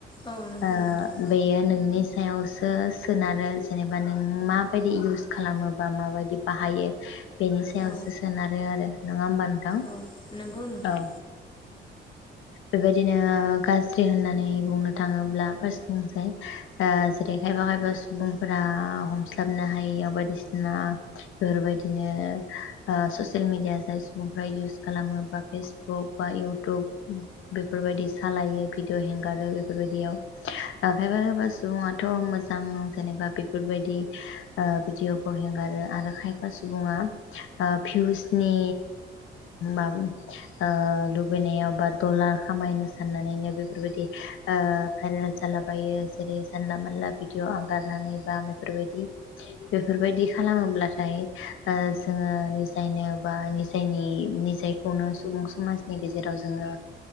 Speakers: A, on the left; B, on the left.
A: औ नंगौ
B: ओ
A: नोंथां
B: बेयो नोंनि सायावसो सोनारो जेनेबा नों माबायदि इउस खालामोबा माबायदि बाहायो बेनि सायावसो
A: औ
B: सोनारो आरो नङा होमबा नोंथां
A: औ नंगौ नोंथां
B: औ बेबायदिनो गाज्रि होननानै बुंनो थाङोब्ला फार्स्ट बुंसै जेरै खायफा खायफा सुबुंफोरा हमस्लाबनो हायियाव बायदिसिना बेफोरबायदिनो ससियेल मिडिया जाय सुबुंफ्रा इउस खालामो बा फेसबुक बा इउटुब बेफोरबायदि सालायो भिडिअ हगारो बेफोरबायदियाव खायफा खायफा सुबुङाथ' मोजां जेनेबा बेफोरबायदि भिडिअखौ हगारो आरो खायफा सुबुङा भिउसनि माबा ओ लुबैनायाव बा दलार खामायनो साननानैनो बेफोरबायदि भाइरेल जालाबायो जेरै जानला मानला भिदिअ आगारनानै बा बेफोरबायदि बेफोरबायदि खालामोब्लाथाय जोङो निजायनो बा नि निजायनि खौनो सुबुं समाजनि गेजेराव जोङो